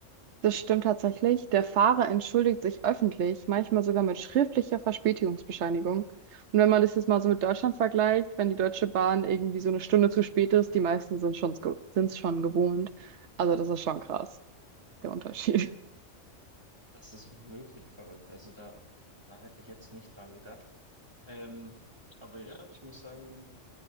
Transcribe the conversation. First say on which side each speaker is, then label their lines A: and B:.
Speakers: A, on the right; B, on the right.
A: das stimmt tatsächlich. Der Fahrer entschuldigt sich öffentlich, manchmal sogar mit schriftlicher Verspätigungsbescheinigung. Und wenn man das jetzt mal so mit Deutschland vergleicht, wenn die Deutsche Bahn irgendwie so eine Stunde zu spät ist, die meisten sind schon, sind es schon gewohnt. Also das ist schon krass, der Unterschied.
B: Das ist wirklich verrückt. Also da, da hätte ich jetzt nicht dran gedacht. Ähm, aber ja, ich muss sagen,